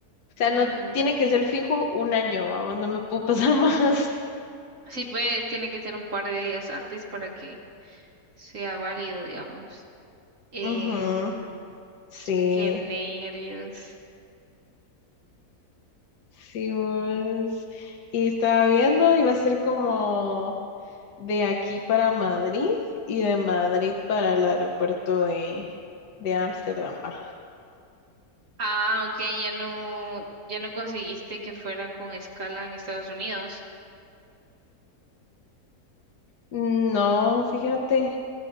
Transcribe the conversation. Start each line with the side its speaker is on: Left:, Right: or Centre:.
Left: sea,
Right: Mm,
Left: no tiene que ser fijo un año, vamos, no me puedo pasar <laughs> más.
Right: Sí, pues, tiene que ser un par de días antes para que sea válido, digamos. Em,
Left: Ujú, Sí,
Right: qué nervios.
Left: sí, vos. Y estaba viendo, iba a ser como de aquí para Madrid y de Madrid para el aeropuerto de, de Ámsterdam, va.
Right: Ah, ok, ya no, ya no conseguiste que fuera con escala en Estados Unidos.
Left: No, fíjate.